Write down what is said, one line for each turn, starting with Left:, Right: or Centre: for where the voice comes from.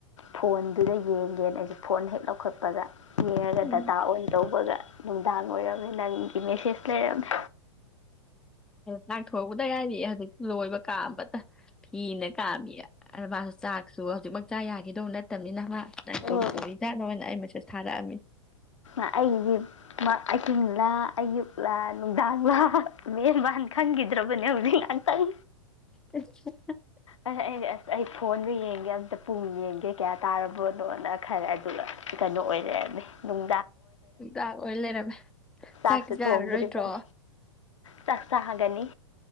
Left: ꯐꯣꯟ꯫ ꯑꯗꯨꯗ ꯌꯦꯡꯒꯦ ꯑꯩꯁꯦ ꯐꯣꯟ ꯍꯦꯛ ꯂꯧꯈꯠꯄꯒ꯫ ꯌꯦꯡꯉꯒ
Centre: ꯎꯝ
Left: ꯗꯥꯇꯥ ꯑꯣꯟ꯫ ꯇꯧꯕꯒ ꯅꯨꯡꯗꯥꯡ ꯑꯣꯏꯔꯝꯃꯦ ꯅꯪꯒꯤ ꯃꯦꯁꯦꯁ ꯂꯩꯔꯝꯃꯦ꯫
Centre: ꯆꯥꯛ ꯊꯣꯡꯕꯗ ꯉꯥꯏꯔꯤꯌꯦ ꯍꯧꯖꯤꯛ ꯂꯣꯏꯕ ꯀꯥꯝꯕꯗ ꯐꯤꯅ ꯀꯥꯝꯃꯤ ꯑꯗ ꯃꯥꯁꯨ ꯆꯥꯛꯁꯨ ꯍꯧꯖꯤꯛꯃꯛ ꯆꯥꯥ ꯌꯥꯈꯤꯗꯧꯕ ꯅꯠꯇꯕꯅꯤꯅ ꯃꯥ꯫ <unintelligible>
Left: ꯎꯝ
Centre: ꯗꯧꯔꯤꯖꯥꯠꯅꯣꯅ ꯑꯩ ꯃꯦꯁꯦꯁ ꯊꯥꯔꯛꯑꯝꯃꯤ꯫
Left: ꯑꯩꯒꯤ ꯑꯍꯤꯡꯂꯥ ꯑꯌꯨꯛꯂꯥ ꯅꯨꯡꯗꯥꯡꯂꯥ ꯃꯦꯟꯕꯥꯟ ꯈꯪꯈꯤꯗ꯭ꯔꯕꯅꯦ ꯍꯧꯖꯤꯛ ꯉꯍꯥꯛꯇꯪ꯫
Centre: <unintelligible>
Left: ꯑꯁ ꯑꯩ ꯑꯁ ꯑꯩ ꯐꯣꯟꯗꯨ ꯌꯦꯡꯒꯦ ꯑꯇ ꯄꯨꯡ ꯌꯦꯡꯒꯦ ꯀꯌꯥ ꯇꯥꯔꯕꯅꯣꯅ ꯈꯔꯦ ꯑꯗꯨꯒ ꯀꯩꯅꯣ ꯑꯣꯏꯔ ꯂꯩꯔꯝꯃꯦ ꯅꯨꯡ
Centre: <unintelligible> ꯑꯣꯏꯂꯩꯔꯝꯃꯦ꯫
Left: ꯆꯥꯛꯁꯨ
Centre: ꯆꯥꯛꯇꯤ ꯆꯥꯔꯔꯣꯏꯗ꯭ꯔꯣ
Left: ꯊꯣꯡꯗ꯭ꯔꯤꯕꯅꯤ ꯆꯥꯛ ꯆꯥꯒꯅꯤ